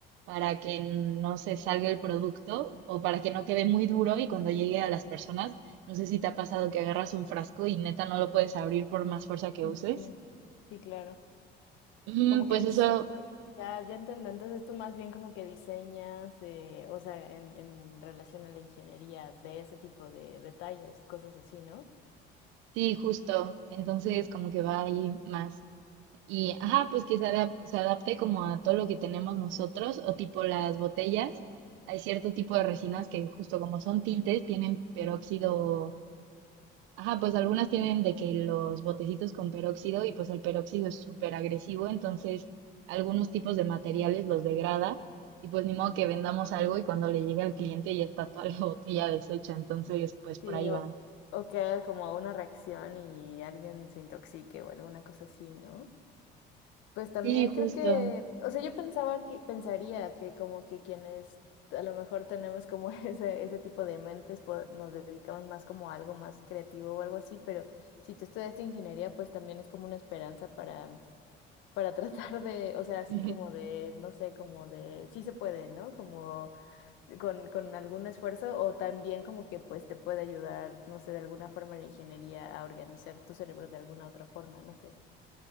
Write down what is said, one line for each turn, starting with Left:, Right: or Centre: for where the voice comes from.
Right: para que no se salga el producto o para que no quede muy duro y cuando llegue a las personas, no sé si te ha pasado que agarras un frasco y neta no lo puedes abrir por más fuerza que
Left: Ujú.
Right: uses.
Left: Sí, claro.
Right: Mm,
Left: Como que
Right: pues eso,
Left: es súper- ya, ya entiendo, entonces tú más bien como que diseñas, eh, o sea, en, en relación a la ingeniería de ese tipo de detalles y cosas así, ¿no?
Right: sí, justo. Entonces como que va ahí más. Y, ajá, pues que se adap- se adapte como a todo lo que tenemos nosotros, o tipo las botellas. Hay cierto tipo de resinas que justo como son tintes, tienen peróxido. Ajá, pues algunas tienen de que los botecitos con peróxido y pues el peróxido es súper agresivo, entonces algunos tipos de materiales los degrada y pues ni modo que vendamos algo y cuando le llegue al cliente ya está toda la <laughs> botella deshecha, entonces pues por
Left: Sí,
Right: ahí va.
Left: o, o que haga como una reacción y alguien se intoxique o alguna cosa así, ¿no? Pues también
Right: Sí, justo.
Left: creo que, o sea, yo pensaba que, pensaría que como que quienes a lo mejor tenemos como <laughs> ese, ese tipo de mentes, pues, nos dedicamos más como a algo más creativo o algo así, pero si tú estudiaste ingeniería, pues también es como una esperanza para para tratar de, o sea, así
Right: <laughs>
Left: como de, no sé, como de, sí se puede, ¿no? Como con, con algún esfuerzo o también como que pues te puede ayudar, no sé, de alguna forma la ingeniería a organizar tu cerebro de alguna otra forma, no sé.